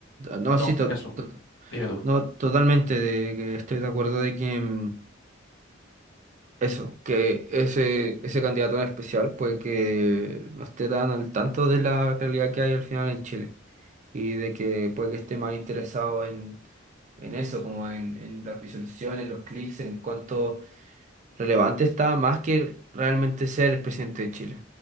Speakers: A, on the right (about 40°); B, on the left (about 80°).
A: No,
B: no,
A: sí, to-
B: eso,
A: to-
B: dime tú.
A: no, totalmente de que estoy de acuerdo de que mm, eso, que ese, ese candidato en especial, pues que no esté tan al tanto de la realidad que hay al final en Chile. y de que puede que esté más interesado en, en eso, como en, en las visualizaciones, los clics, en cuánto relevante está, más que realmente ser el presidente de Chile.